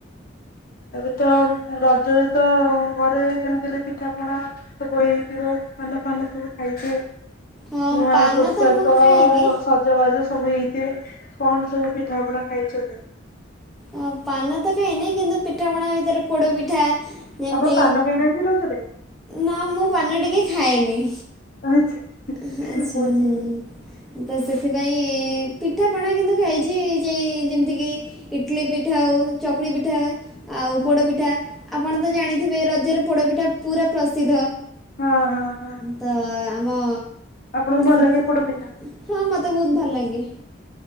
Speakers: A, on the left; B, in the centre.
A: ଏବେ ତ ରଜରେ ତ ଘରେ ଯେମିତି ହେଲେ ପିଠା ପଣା ସବୁଇ ହେଇଥିବ। ଫାନ ଫାନ ସବୁ ଖାଇଛ
B: ହଁ
A: ନୂଆ
B: ପାନ
A: ପୋଷାକ
B: ତ ମୁଁ ଖାଇନି
A: ଜବାଜ ସବୁ ହେଇଥିବେ କଣ ସବୁ ପିଠା ପଣା ଖାଇଛନ୍ତି?
B: ହଁ ପାନ ତ ଖାଇଁନି କିନ୍ତୁ ପିଠାପଣା ଭିତରେ ପୋଡ଼ପିଠା। ଯେମତି
A: ଆପଣ ପାନ ଖାଇନାହାନ୍ତି ରଜରେ?
B: ନା ମୁଁ ପାନ ଟିକେ ଖାଏନି।
A: ଆଚ୍ଛା।
B: ଆଛା
A: ବୁଝିଲି
B: ହୁଁ ତ ସେଥିପାଇଁ ପିଠାପଣା କିନ୍ତୁ ଖାଇଛି ଯେ ଯେମିତିକି ଇଡଲି ପିଠା ଆଉ ଚକୁଳି ପିଠା ଆଉ
A: ହଁ
B: ପୋଡ଼ପିଠା ଆପଣ ତ ଜାଣିଥିବେ ରଜରେ ପୋଡ଼ପିଠା ପୁରା ପ୍ରସିଦ୍ଧ।
A: ହଁ ହଁ ହଁ
B: ତ ଆମ
A: ଆପଣଙ୍କୁ ଭଲ
B: ସେ
A: ଲାଗେ ପୋଡ ପିଠା?
B: ହଁ ମତେ ବୋହୁତ ଭଲ ଲାଗେ।